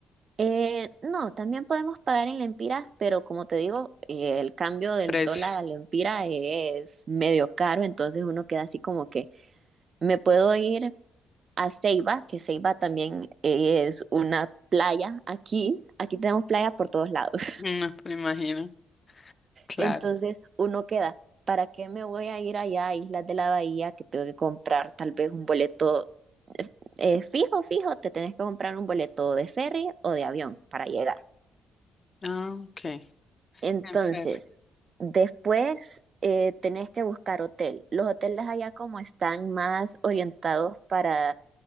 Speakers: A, on the right; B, on the left.
A: Eh, no, también podemos pagar en lempiras, pero como te digo, eh, el cambio del
B: Precio.
A: dólar a lempira es medio caro, entonces uno queda así como que, me puedo ir a Ceiba, que Ceiba también eh, es una playa aquí, aquí tenemos playa por todos lados.
B: No, me imagino. Claro.
A: Entonces uno queda, ¿para qué me voy a ir allá a Islas de la Bahía que tengo que comprar tal vez un boleto eh, eh, fijo, fijo? Te tenés que comprar un boleto de ferry o de avión para llegar.
B: Ah, ok.
A: Entonces,
B: En ferry.
A: después eh, tenés que buscar hotel. Los hoteles allá como están más orientados para